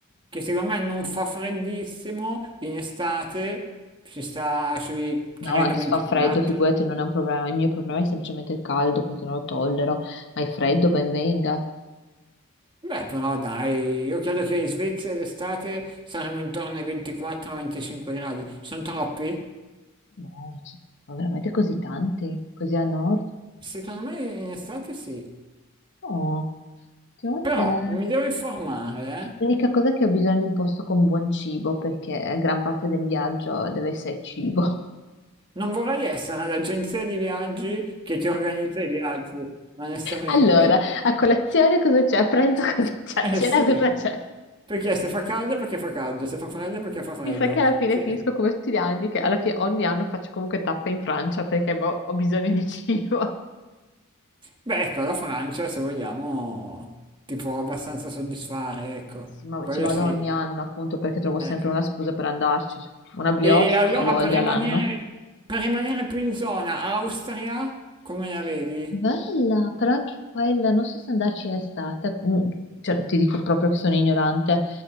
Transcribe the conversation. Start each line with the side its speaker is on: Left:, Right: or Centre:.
Right: che secondo me non fa freddissimo in estate, ci sta sui, credo,
Left: No, anche
Right: 24.
Left: se fa freddo, figurati, non è un problema. Il mio problema è semplicemente il caldo perché non lo tollero, ma il freddo ben venga.
Right: Beh, però dai, io credo che in Svezia d'estate saremo intorno ai 24-25 gradi. Sono troppi?
Left: No, ci sono veramente così tanti, così a nord.
Right: Secondo me in estate sì.
Left: No, ultimamente
Right: Però mi devo informare, eh?
Left: l'unica cosa è che ho bisogno di un posto con buon cibo perché gran parte del viaggio deve essere cibo.
Right: Non vorrei essere l'agenzia di viaggi che ti organizza i viaggi, onestamente.
Left: Allora, a colazione cosa c'è? A pranzo <laughs> cosa c'è?
Right: Eh
Left: A cena
Right: sì,
Left: cosa c'è?
Right: perché se fa caldo è perché fa caldo, se fa freddo è perché fa freddo.
Left: Mi sa che alla fine
Right: Se-
Left: finisco come tutti gli anni, che alla fine ogni anno faccio comunque tappe in Francia perché boh, ho bisogno di cibo.
Right: Beh, ecco, la Francia, se vogliamo, ti può abbastanza soddisfare, ecco,
Left: Sì, ma
Right: quello
Left: ci vado
Right: sì.
Left: ogni anno appunto perché trovo sempre
Right: eh.
Left: una scusa per andarci. Una brioche,
Right: E allora
Left: la voglia
Right: per rimanere,
Left: l'anno.
Right: per rimanere più in zona, Austria, come la vedi?
Left: Bella, però anche quella, non so se andarci in estate, Mm, cioè, ti dico proprio che sono ignorante,